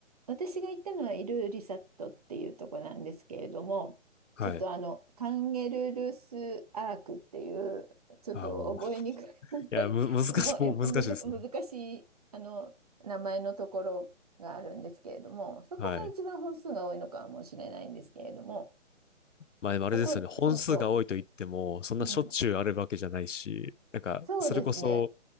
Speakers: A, on the right; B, on the left.
A: 私が行ったのはイルーリサットっていうとこなんですけれども、
B: はい。
A: ちょっとあのカンゲルルスアークっていう、ちょっと覚えにくい、
B: ああ、もう。
A: <laughs> 覚え、
B: いや、む、難しい、
A: もうえむず、
B: もう難しいですね。
A: 難しいあの名前のところがあるんですけれども、そこが一番本数が多いのかもしれないんですけれども、
B: はい。まあでもあれですよね。
A: そこ、
B: 本数が多いと言っても、
A: そうそ
B: そんなしょっちゅうあるわけじゃないし、
A: う、うん、
B: なんか、
A: そうですね、
B: それこそ、